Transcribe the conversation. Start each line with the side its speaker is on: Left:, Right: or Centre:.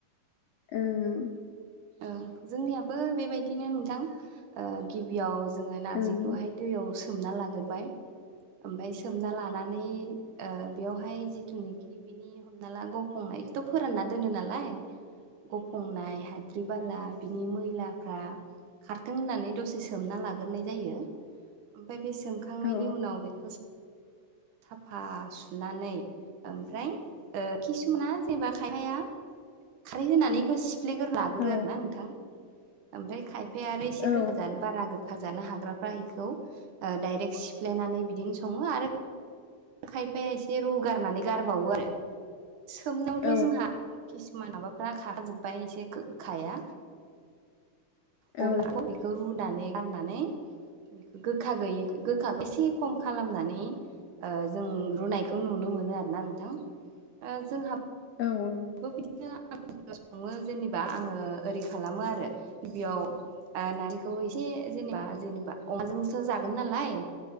Left: ओं ओं
Right: औ जोंनियाबो बेबायदिनो नोंथां ओ गिबियाव जोङो नारजिखौहाय
Left: ओं
Right: दैयाव सोमना लाग्रोबाय ओमफफ्राय सोमना लानानै ओ बेवहाय जिथुनिखि बिनि हमना ला गफंनाय बेखौथ' फोरानना दोनो नालाय गुफुंनाय हा बाला बिनि मैलाफ्रा खारथों होननानै दसे सोमना लाग्रोनाय जायो। ओमफाय बे सोमखांनायनि
Left: ओं
Right: उनाव बेखौ साफा सुनानै ओमफ्राय ओ किसुमाना जेनेबा खायफाया खारै होनानैखौ सिफ्लेग्रोना लागोरो
Left: ओं औ
Right: आरो ना नोंथां ओमफ्राय खाय फाया आरो इसे
Left: औ
Right: <unintelligible> बारा गो खाजानो हाग्राफ्रा इखौ डाइरेक्ट सिफ्लेनानै बिदिनो सङो आरो खायफाया एसे रुगारनानै गारबावो आरो सोमनायावथ'
Left: औ
Right: जोंहा किसुमान माबाफ्रा खाराजोब्बाय एसे गोखाया <unintelligible>
Left: औ
Right: खौ रुनानै गारनानै गोखा गैयै गोखाखौ एसे खम खालामनानै ओ जों रुनायखौ नुनो मोनो आरोना नोंथां ओ जोंहा
Left: औ औ
Right: बो बिदिनो आं सङो जेनेबा आङो ओरै खालामो आरो गिबियाव ओ नारजिखौ एसे जेनेबा जेनेबा अमाजोंसो जागोन नालाय